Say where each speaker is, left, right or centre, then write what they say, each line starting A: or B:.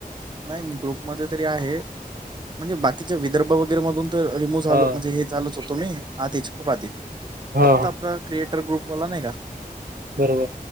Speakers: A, on the right; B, on the right.
A: नाही ग्रुपमध्ये तरी आहे, म्हणजे बाकीच्या विदर्भ वगैरे मधून तर रिमू झालो
B: हा
A: म्हणजे हे चालूच होतो मी आधीच खूप आधी फक्त
B: हा
A: आपला क्रिएटर ग्रुपवाला नाही का?
B: बरोबर.